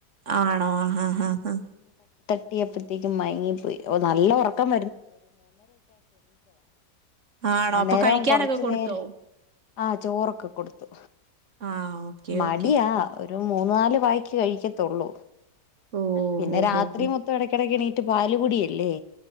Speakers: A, on the right; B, on the left.
A: ആണോ ഹാ ഹാ ഹ്
B: ട്ടിയപ്പത്തേക്കും മയങ്ങിപ്പോയി ഓഹ് നല്ലൊറക്കം
A: ആഹ് ആണോ
B: അന്നേരം
A: അപ്പൊ കഴിക്കാനൊക്കെ
B: കൊറച്ചു
A: കൊടുത്തോ?
B: നേര ആഹ് ചോറൊക്കെ കൊടുത്തു.
A: ആഹ് ഓക്കെ
B: മടിയാ
A: ഓക്കെ
B: ഒ ഒരു മൂന്ന് നാല് വായ്ക്ക് കഴിക്കത്തൊള്ളൂ.
A: ഓഹ്
B: പിന്നെ
A: ഹോ
B: രാത്രി
A: ഹോ ഹോ
B: മൊത്തം എടക്കിടയ്ക്ക് എണീ ട്ട് പാലുകുടിയല്ലേ